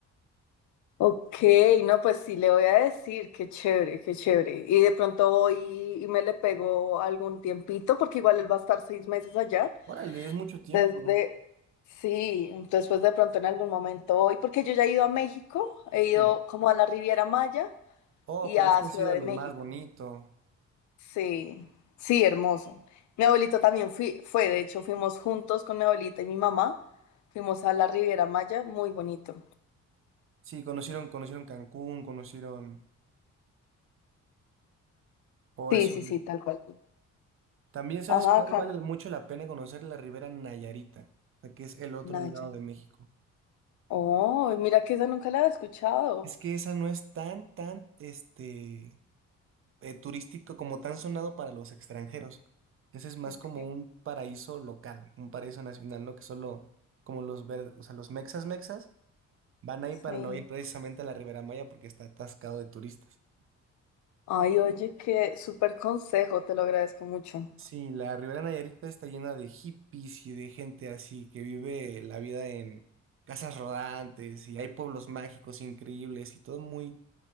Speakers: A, on the left; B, on the right.
A: Ok, no, pues sí, le voy a decir, qué chévere, qué chévere. Y de pronto voy y me le pego algún tiempito, porque igual él va a estar seis meses allá.
B: Órale, es mucho tiempo.
A: Desde, sí, después de pronto en algún momento hoy, porque yo ya he ido a México, he
B: Sí.
A: ido como a la Riviera Maya
B: Oh,
A: y
B: pero
A: a
B: es que
A: Ciudad
B: ha sido
A: de
B: lo
A: México.
B: más bonito.
A: Sí, sí, hermoso. Mi abuelito también fui, fue, de hecho, fuimos juntos con mi abuelita y mi mamá, fuimos a la Riviera Maya, muy bonito.
B: Sí, conocieron, conocieron Cancún, conocieron... O
A: Sí,
B: eso
A: sí, sí, tal cual.
B: También sabes
A: Ajá,
B: cuál vale mucho la pena conocer la Ribera Nayarita, o sea, que es el otro
A: Naya.
B: lado de México.
A: Oh, mira que esa nunca la había escuchado.
B: Es que esa no es tan, tan, este, eh, turístico como tan sonado para los extranjeros. Ese es más
A: Ok,
B: como un paraíso local, un paraíso nacional, ¿no? Que solo como los ver, o sea, los mexas mexas van ahí
A: sí.
B: para no ir precisamente a la Ribera Maya porque está atascado de turistas.
A: Ay, oye, qué súper consejo, te lo agradezco mucho.
B: Sí, la Ribera Nayarita está llena de hippies y de gente así que vive la vida en casas rodantes y hay pueblos mágicos increíbles y todo muy,